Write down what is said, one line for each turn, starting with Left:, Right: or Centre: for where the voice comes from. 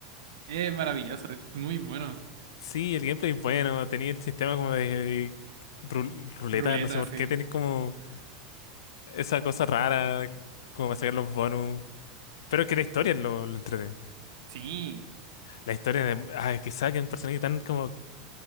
Right: Es maravilloso, es muy bueno.
Left: Sí, el gameplay es bueno, tenía el sistema como de rul- ruleta,
Right: Ruleta,
Left: no sé por
Right: sí.
Left: qué, tenía como esa cosa rara, como para sacar los bonus. Pero es que la historia lo, lo entretiene.
Right: Sí.
Left: La historia de ay, que Zack es un personaje tan como.